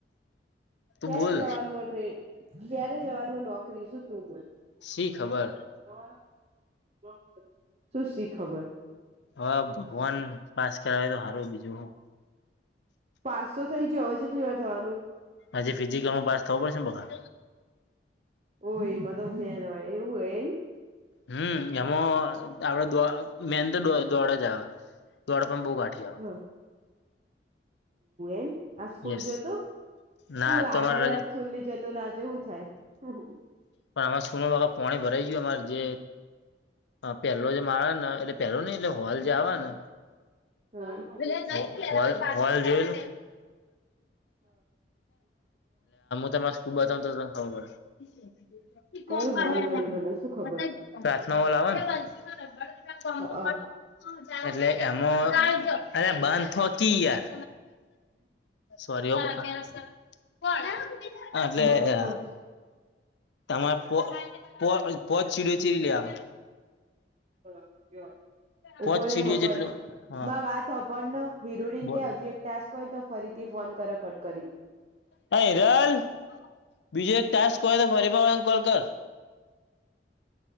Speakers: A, on the left; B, on the right.
A: તું
B: ક્યારે
A: બોલ
B: જવાનું હો ટ્રેન, ક્યારે જવાનું હો નોકરી શું તું બોલ?
A: શી ખબર
B: <inaudible> શું શી ખબર?
A: હા, ભગવાન પાસ કરે તો સારું બીજું હું!
B: પાંસો થઈ જ્યો, હવે જેટલી વાર થવાનું.
A: હજી ફિઝિકલમાં પાસ થવું પડશે ને બકા!
B: ઓ એમાં <inaudible> હોય એવું હો એમ!
A: હમ એમાં આપડ દો મેન તો દો-દોડ જ આવે. દોડ પણ બો ગાઠી હો્
B: હ એવું એમ આ સ્કૂલ
A: યસ
B: જોયો તો!
A: ના
B: તું
A: તો
B: આડાદડ
A: અમારે રજા
B: થુલની જતો, ના આજે શું થાય? હું-હ
A: પણ અમારા સ્કૂલમાં ઓલા પાણી ભરાઈ ગયું અમારે જે હા પેલો જ માળ ને એટલે પેહલો નઈ એટલે હોલ જે આવે ને
B: હા
A: <unintelligible>
B: કઈ
A: હો-હોલ હોલ <inaudible> એ હું તમને સ્કૂ ્રસ્તો બતાવતો એટલે ખબર <unintelligible>
B: કઈ હોલ વળી મને
A: ્
B: શું ખબર
A: <unintelligible> ચારસો વાલા આવે ને <unintelligible> નવાણું ના કોમ્બો
B: હ
A: મળે. <inaudible> એટલે એમાં અરે બંધ થકી યાર. સોરી હા બકા, <inaudible> આ જે
B: બકક
A: આ. તમારે પો પો પોચ્ ચીડ ચીડી લેવા.
B: હા, કયાં?
A: પોચ
B: ઉભો
A: સીડીઓ
B: રે હોભ્ળ,
A: જેટલું હા
B: માં વાત હોભ્ળને હિરુડી
A: બોલ
B: કે હજુ એક ટાસ્ક કઈ તો ફરીથી ફોન કરે કટ કરી ને.
A: હ હિરલ બીજું એક ટાસ્ક હોય તો ફરી પા કોલ કર.